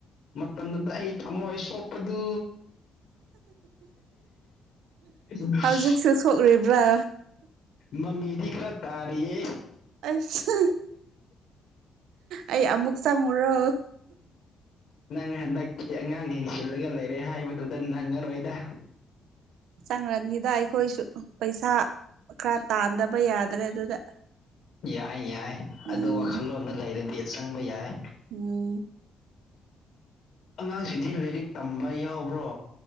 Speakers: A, on the left; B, on the right.
A: ꯃꯇꯝꯗꯨꯗ ꯑꯩ ꯊꯝꯃꯣꯏ ꯁꯣꯛꯄꯗꯨ <unintelligible>
B: ꯍꯧꯖꯤꯛꯁꯨ ꯁꯣꯛꯔꯤꯕ꯭ꯔꯥ
A: ꯃꯃꯤꯗꯤ ꯈꯔ ꯇꯥꯔꯤꯌꯦ
B: ꯑꯁ ꯑꯩ ꯑꯃꯨꯛ ꯆꯪꯉꯨꯔꯣ
A: ꯅꯪ ꯍꯟꯗꯛꯀꯤ ꯑꯉꯥꯡ ꯌꯦꯡꯁꯤꯜꯂꯒ ꯂꯩꯔꯦ ꯍꯥꯏꯕꯗꯨꯗ ꯅꯪꯉꯔꯣꯏꯗ
B: ꯆꯪꯔꯅꯤꯗ ꯑꯩꯈꯣꯏꯁꯨ ꯄꯩꯁꯥ ꯈꯔ ꯇꯥꯟꯗꯕ ꯌꯥꯗ꯭ꯔꯦ ꯑꯗꯨꯗ
A: ꯌꯥꯏ ꯌꯥꯏ ꯑꯗꯨ
B: ꯎꯝ
A: ꯋꯥꯈꯜꯂꯣꯟꯗ ꯂꯩꯔꯗꯤ ꯑ ꯆꯪꯕ ꯌꯥꯏ
B: ꯎꯝ
A: ꯑꯉꯥꯡꯁꯤꯗꯤ ꯂꯥꯏꯔꯤꯛ ꯇꯝꯕ ꯌꯥꯎꯕ꯭ꯔꯣ